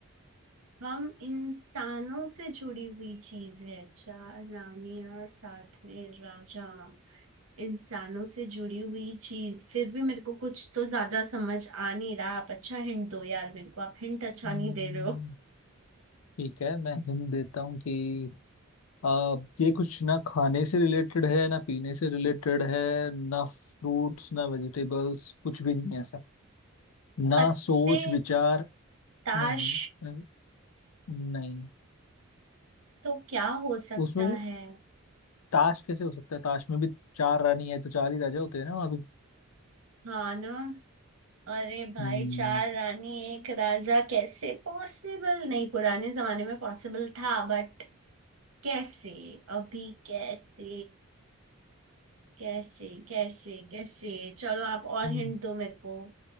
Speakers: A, on the right; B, on the left.
A: हम इंसानों से जुड़ी हुई चीज है चार रानियां साथ में राजा इंसानों से जुड़ी हुई चीज फिर भी मेरे को कुछ तो ज्यादा समझ आ नहीं रहा आप अच्छा हिंट दो यार मेरे को आप हिंट अच्छा
B: हम्म,
A: नहीं दे रहे हो
B: ठीक है मैं हिंट देता हूँ कि आ, ये कुछ ना खाने से रिलेटेड है ना पीने से रिलेटेड है ना फ्रूट्स ना वेजिटेबल्स कुछ भी नहीं है ऐसा ना
A: पत्ते
B: सोच विचार
A: ताश
B: नहीं न- नहीं
A: तो क्या हो सकता
B: उसमें भी
A: है
B: ताश कैसे हो सकता है ताश में भी चार रानी है तो चार ही राजा होते हैं ना वहाँ भी
A: हाँ ना अरे भाई
B: हम्म
A: चार रानी एक राजा कैसे पॉसिबल नहीं पुराने जमाने में पॉसिबल था बट कैसे अभी कैसे कैसे कैसे कैसे चलो आप और
B: हम्म,
A: हिंट दो मेरे को